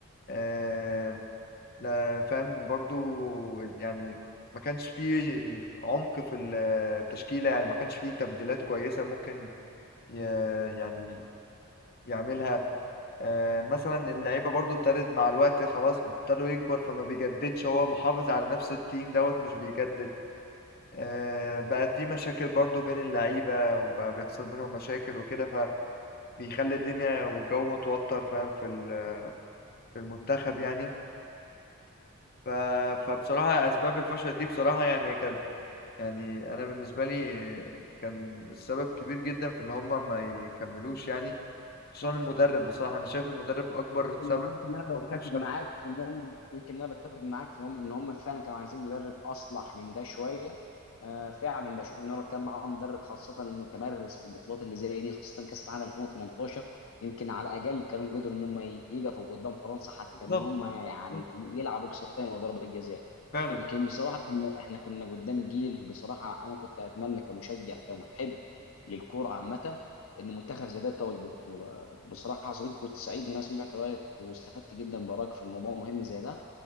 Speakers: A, on the left; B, on the left.
A: آه، لا فاهم برضو يعني ما كانش فيه عمق في التشكيلة يعني ما كانش فيه تبديلات كويسة ممكن ي- يعني يعملها آه، مثلا اللعيبة برضو ابتدت مع الوقت خلاص ابتدوا يكبر فما بيجددش هو محافظ على نفس التيم دوت مش بيجدد آه، بقى في مشاكل برضو بين اللعيبة وبقى بيحصل بينهم مشاكل وكده فبيخلي الدنيا والجو متوتر فاهم في ال- في المنتخب يعني ف... فبصراحة أسباب الفشل دي بصراحة يعني كانت يعني انا بالنسبه لي كان السبب كبير جدا في ان هم ما يكملوش يعني خصوصا المدرب بصراحه انا شايف المدرب اكبر سبب
B: يمكن انا
A: ان هم
B: بتفق
A: يفشلوا
B: معاك في ان هم يمكن انا بتفق معاك في هم ان هم فعلا كانوا عايزين مدرب اصلح من ده شويه آه فعلا بشوف ان هو لو كان معاهم مدرب خاصه متمرس في البطولات اللي زي دي خاصه كاس العالم 2018 يمكن على الاقل كانوا قدروا ان هم ي- يقفوا قدام فرنسا حتى
A: بالظبط
B: ان هم يعني
A: بالظبط.
B: يلعبوا كسر تايم وضربه جزاء
A: فعلا
B: يمكن بصراحه كنا- احنا كنا قدام جيل بصراحه انا كنت اتمنى كمشجع كمحب للكوره عامه ان منتخب زي ده يتوج ببطوله بصراحه يا صديقي كنت سعيد ان انا سمعت رايك واستفدت جدا برايك في الموضوع مهم زي ده